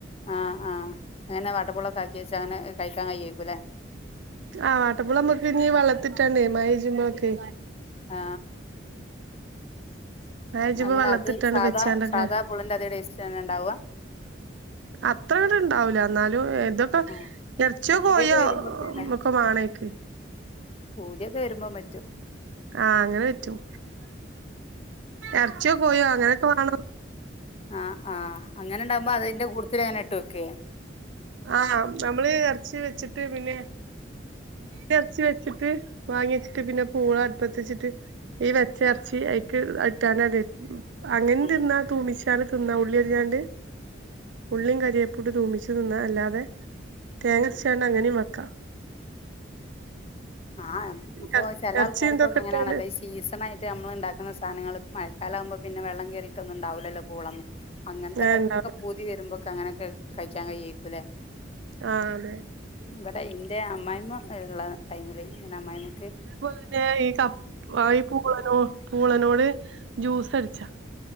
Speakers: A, on the left; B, on the right.
A: ആ ആ അങ്ങനെ വടപുളൊക്കെ ആക്കി വെച്ച അങ്ങനെ കഴിക്കാൻ കഴേക്കും അല്ലേ
B: ആ കട്ടാകുളം നമ്മുക്ക് ഇീ വെള്ളത്തിട്ടാണ്ടേ മയച്പോഴൊക്കെ
A: ആ
B: പെയ്യുമ്പോ
A: അങ്ങനെ
B: വെള്ളത്തിട്ടാണ്ട്
A: അത് സാധാ
B: വെച്ചാണ്ടൊക്കെ
A: സാധാ പുളിന്റെ അതേ ടേസ്റ്റ് തന്നെ ഉണ്ടാവുക?
B: അത്ര ഇങ്ങട്ട് ഇണ്ടാവൂല എന്നാലും ഇതൊക്കെ
A: ആ
B: ഇറച്ചിയോ
A: പൂതിയൊക്കെ
B: കോഴിയോ
A: വരുമ്പോക്കെ അല്ലേ
B: ഒക്കെ വാണക്ക്.
A: പൂതിയൊക്കെ വരുമ്പോ മറ്റും.
B: ആ അങ്ങനെ പറ്റും ഇറച്ചിയോ കോഴിയോ അങ്ങനെയൊക്കെ വേണം
A: ആ ആ അങ്ങനെണ്ടാവുമ്പോ അതിന്റെ കൂടുത്തിൽ അങ്ങനെ ഇട്ടുവ വക്കെ?
B: ആ നമ്മള് ഇറച്ചി വെച്ചിട്ട് പിന്നെ ഇറച്ചി വെച്ചിട്ട് മങ്ങി വെച്ചിട്ട് പിന്നെ പൂള അടുപ്പത്തിച്ചിട്ട് ഈ വെച്ച ഇറച്ചി അക്ക് അട്ടാനത അങ്ങനെ
A: ആ
B: തിന്ന തുമ്മിച്ച ഉള്ളി അറിഞ്ഞികണ്ട ഉള്ളിയും കരിയേപ്പൂട്ട് തൂമിച്ചു തിന്നാ അല്ലാതെ തേങ്ങ
A: ഉം
B: അരച്ചുങ്ങട് അങ്ങനെയും വെക്കാം
A: ആഹ് നമുക്കിപ്പോ
B: എറ
A: ചില
B: എറച്ചിം
A: ആൾക്കാർക്കൊക്കെങ്ങനാണല്ലോ
B: ഇതൊക്കെ ഇട്ടാണ്ട്
A: ഈ സീസണ ആായിട്ട് നമ്മള് ഉണ്ടാക്കുന്ന സാധനങ്ങള് മഴക്കാല ആകുമ്പോ പിന്നെ വെള്ളം കയറിയിട്ടൊന്നും ഉണ്ടാവില്ലോല്ലോ പൂളന്നും അങ്ങനത്തെ
B: ഏഹ്
A: ടൈമിലൊക്കെ
B: ഇണ്ടാവും
A: പുതി വരുമ്പോ അങ്ങനെയൊക്കെ കഴിക്കാൻ കഴിയയിക്കുംല്ലേ.
B: ആ ആതെ
A: ഇവിടെ ഇന്റെ അമ്മായിമ്മ ഉള്ള ടൈമില് അ്മായിമ്മ
B: അതേപോലെ തന്നെ ഈ കപ്പ ആ ഈ പൂളനോ പൂളനോട് ജ്യൂസ് അടിച്ചാ,